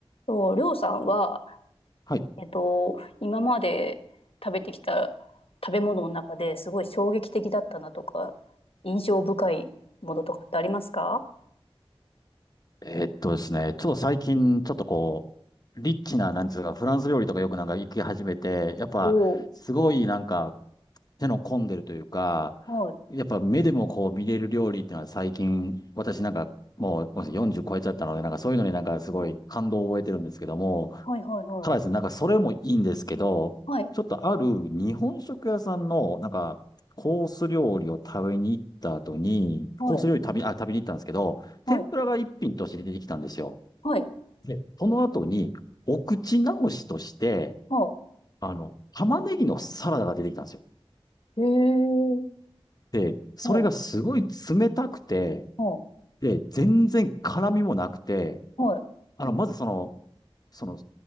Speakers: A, on the left; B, on the left.
A: と、りょうさんは、
B: はい。
A: えっと、今まで食べてきた食べ物の中ですごい衝撃的だったなとか、印象深いものとかってありますか
B: えーっとですね、ちょっと最近、ちょっとこう、リッチな、なんつうか、フランス料理とかよくなんか行き始めて、やっぱ、
A: おお
B: すごいなんか、手の込んでるというか、
A: ー
B: やっぱ目でもこう見れる料理っていうのは最近、私なんか、もうごめんなさい40超えちゃったので、なんかそういうのになんかすごい感動を覚えてるんですけども、
A: はい。はいはいはい。
B: ただですね、なんかそれもいいんですけど、
A: はい。
B: ちょっとある日本食屋さんの、なんか、コース料理を食べに行った後に、
A: はい。
B: コース料理食べ、あ、食べに行ったんですけど、天ぷらが一品として出てきたんですよ。
A: はい。はい。
B: で、その後に、お口直しとして、
A: は
B: あの、玉ねぎのサラダが出てきたんですよ。
A: い。へえ。
B: で、それがすごい冷たくて、
A: はい。は
B: で、全然辛みもなくて、
A: い。
B: あの、まずその、その、